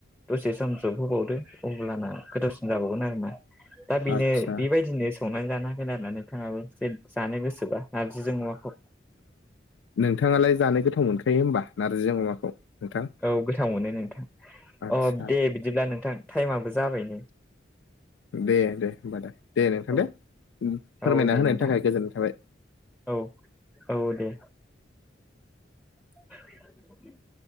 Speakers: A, in the centre; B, on the left (about 80°).
A: दसे सम जबहोबावदो अब्लाना गोथावसिन जाबावगोन आरोना दा बेनो
B: आदसा
A: बेबायदिनो संनानै जानो हागोन आरो ना नोंथाङाबो जे जानो गोसोबा नारजिजों अमाखौ
B: नोंथाङालाय जानो गोथाव मोनखायो होमबा नारजिजों अमाखौ नोंथां
A: औ गोथाव मोनो नोंथां
B: आदसा
A: अ दे बिदिब्ला नोंथां टाइमाबो जाबाय नै
B: दे दे होमबा दे दे नोंथां
A: औ
B: दे फोरमायना
A: औ दे
B: होनायनि
A: नोंथां
B: थाखाय गोजोननाय थाबाय
A: औ औ दे <inaudible>